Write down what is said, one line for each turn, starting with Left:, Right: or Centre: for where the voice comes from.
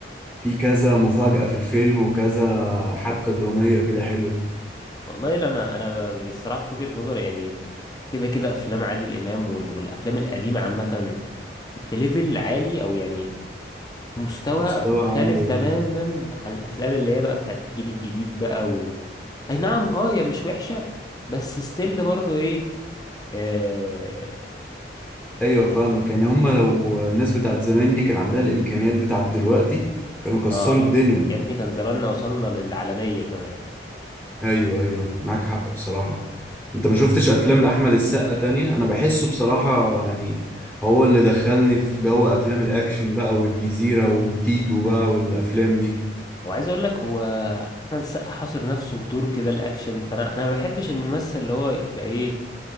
Centre: في كذا مفاجاه في الفيلم وكذا حبكه دراميه كده حلوه
Left: والله لا انا انا ب- بصراحه في وجهه نظري يعني كده كده افلام عادل امام وال- والافلام القديمه عامه في ليفل عالي او يعني في مستوى
Centre: مستوى
Left: مختلف
Centre: عالي
Left: تماما
Centre: اه
Left: عن الافلام اللي هي بقى بتاعت الجيل الجديد بقى و... اي نعم اه هي مش وحشة بس ستيل برضو ايه آه...
Centre: ايوه
Left: الأف...
Centre: فاهمك يعني
Left: أف...
Centre: هما لو الناس بتاعت زمان دي كان عندها الامكانيات بتاعت دلوقتي كانوا كسروا
Left: اه
Centre: الدنيا
Left: يا ابني كان زماننا وصلنا للعالمية كمان
Centre: ايوه ايوه معاك حق بصراحة انت ما شفتش افلام لاحمد السقا تانية انا بحسه بصراحة يعني هو اللي دخلني في جو افلام الاكشن بقى والجزيرة وتيتو بقى والافلام دي
Left: وعايز اقول لك هو احمد السقا حاصر نفسه في دور كده الاكشن فانا انا ما بحبش الممثل اللي هو يبقى ايه